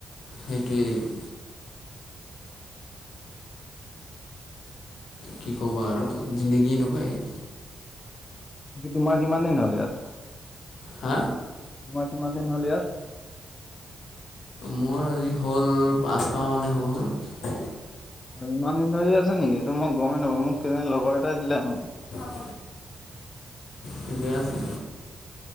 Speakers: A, on the left; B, on the left.
A: সেইটোৱেই। ! কি ক'বা আৰু জিন্দগী এনেকোৱাই।
B: বাকি তোমাৰ কিমান দিন হ'ল ইয়াত?
A: হা।
B: তোমাৰ কিমান দিন হ'ল ইয়াত,
A: মোৰ আজি হ'ল পাঁচ মাহ মানে হল।
B: ইমান দিন ধৰি আছে নেকি এইটো মই গমেই নাপা মোকেই লগৰ এটাই দিলে মানে,
A: অ ঠিকে আছে।